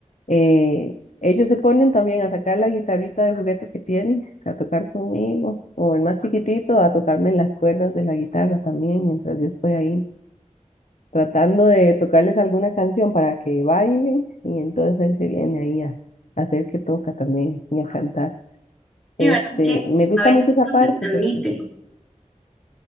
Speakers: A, on the left; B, in the centre.
A: eh, ellos se ponen también a sacar la guitarrita de juguete que tienen, a tocar conmigo, o el más chiquitito, a tocarme las cuerdas de la guitarra también, mientras yo estoy ahí tratando de tocarles alguna canción para que bailen, y entonces él se viene ahí a, a hacer que toca también y a cantar.
B: Sí,
A: Este,
B: ¿verdad? Que
A: me gusta
B: a veces
A: mucho esa
B: no se
A: parte
B: transmite.
A: porque